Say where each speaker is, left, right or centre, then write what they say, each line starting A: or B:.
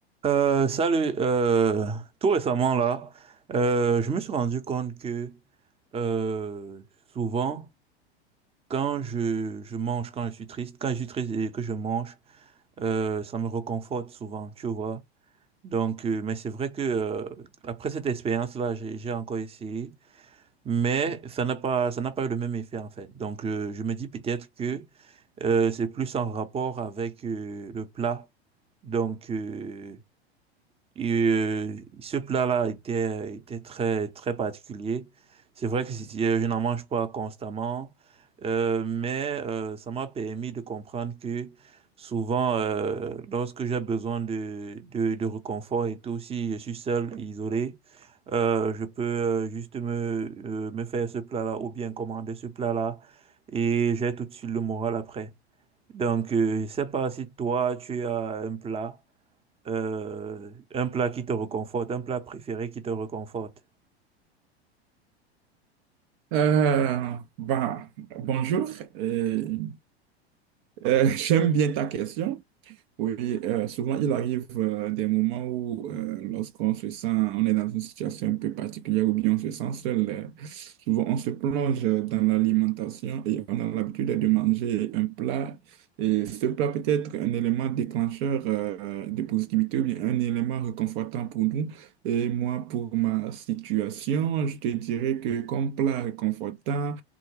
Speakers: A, on the right (about 20°); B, on the right (about 50°).
A: Euh, salut, euh, tout récemment là, euh, je me suis rendu compte que euh, souvent, quand je, je mange, quand je suis triste, quand je suis triste et que je mange, euh, ça me réconforte souvent, tu vois. Donc, euh, mais c'est vrai que euh, après cette expérience-là, j'ai, j'ai encore essayé, mais ça n'a pas, ça n'a pas eu le même effet en fait. Donc, euh, je me dis peut-être que euh, c'est plus en rapport avec euh, le plat. Donc, euh, Et euh, ce plat-là était, était très, très particulier. C'est vrai que c'était- euh, je n'en mange pas constamment, euh, mais euh, ça m'a permis de comprendre que souvent, euh, lorsque j'ai besoin de, de, de réconfort et tout, si je suis seul, isolé, euh, je peux euh, juste me, euh, me faire ce plat-là ou bien commander ce plat-là et j'ai tout de suite le moral après. Donc, euh, je sais pas si toi, tu as un plat euh, un plat qui te reconforte, un plat préféré qui te reconforte.
B: Euh, bah, bonjour. Euh, euh, <laughs> j'aime bien ta question. Oui, euh, souvent il arrive euh, des moments où euh, lorsqu'on se sent, on est dans une situation un peu particulière ou bien on se sent seul, euh, souvent on se plonge dans l'alimentation et on a l'habitude de manger un plat. Et ce plat peut être un élément déclencheur euh, de positivité ou bien un élément réconfortant pour nous. Et moi, pour ma situation, je te dirais que comme plat réconfortant,